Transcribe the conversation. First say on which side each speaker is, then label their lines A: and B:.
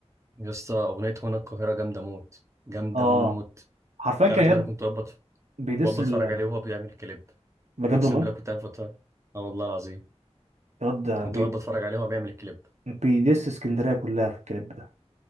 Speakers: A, on the right; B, on the right.
A: يا اسطى أغنية هنا القاهرة جامدة موت جامدة
B: اه
A: موت
B: حرفيا
A: تعرف
B: كان ياد
A: إن أنا كنت بقعد بت-
B: بيدس
A: بقعد
B: ال...
A: أتفرج عليه وهو بيعمل الكليب
B: بجد
A: أقسم
B: والله
A: بالله كنت قاعد بتفرج آه والله العظيم
B: ياد
A: كنت
B: بي...
A: بقعد بتفرج عليه وهو بيعمل الكليب
B: بيدس اسكندريه كلها في الكليب ده